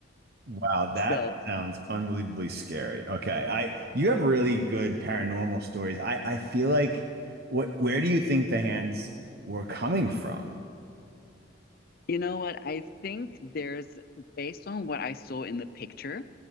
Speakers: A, on the right; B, on the left.
A: Wow, that
B: So,
A: sounds unbelievably scary. Okay. I you have really good paranormal stories. I I feel like what where do you think the hands were coming from?
B: you know what? I think there's, based on what I saw in the picture,